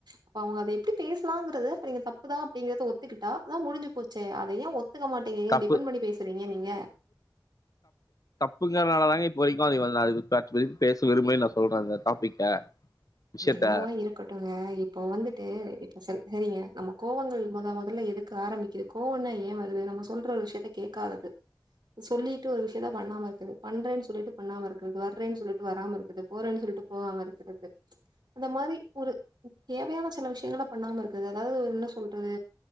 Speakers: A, on the right (about 65°); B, on the left (about 50°).
A: அப்ப அவங்க அத எப்படி பேசலாங்கறதுங்க தப்புதான் நீடிங்கத ஒத்துக்கிட்டா அதான் முடிஞ்சு போச்சே அத ஏன் ஒத்துக்க மாட்டீங்க ஏங்க
B: தப்பு
A: டிபெண்ட் பண்ணி பேசுறீங்க நீங்க
B: தப்புங்கறதுனால தாங்க இப்போ வரைக்கும் அது வந்து வா பேச விரும்பேன்னு நான் சொல்றேன் இந்த டாபிக்க விஷயத்த
A: என்னவா இருக்கட்டும்ங்க இப்போ வந்து இப்ப சரிங்க நம்ம கோவங்கள் முத முதல்ல எதுக்கு ஆரம்பிக்குது கோவம்னா ஏன் வருது நம்ம சொல்ற ஒரு விஷயத்த கே்காதது சொல்லிட்டு ஒரு விஷயத்தான் பண்ணாம இருக்குது பண்றேன்னு சொல்லிட்டு பண்ணாம இருக்கிறது வர்றேன்னு சொல்லிட்டு வராம இருக்குது போறேன்னு சொல்லிட்டு போகாம இருக்கிறது அந்த மாதிரி ஒரு தேவையான சில விஷயங்க பண்ணாம இருக்குது அதாவது என்ன சொல்றது